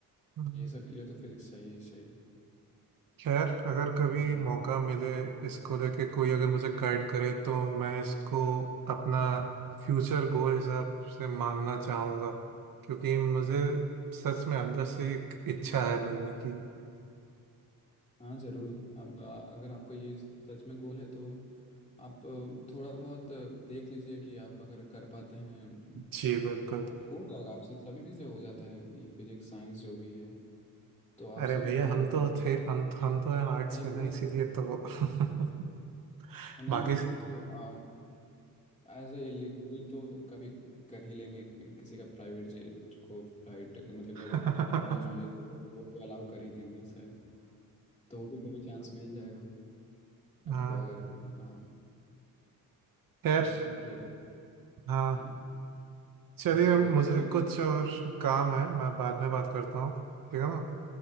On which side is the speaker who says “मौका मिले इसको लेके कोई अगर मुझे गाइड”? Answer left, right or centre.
Right